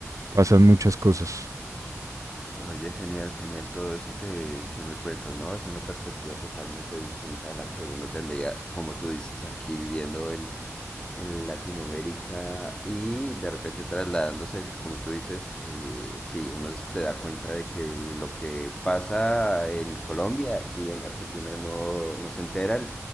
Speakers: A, on the right; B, on the left.
A: pasan muchas cosas.
B: Oye, genial, genial todo eso que, que me cuentas, ¿no? Es una perspectiva totalmente distinta a la que uno tendría, como tú dices, aquí viviendo en, en Latinoamérica y de repente trasladándose, como tú dices, eh, sí, uno se da cuenta de que lo que pasa en Colombia, aquí en Argentina no, no se enteran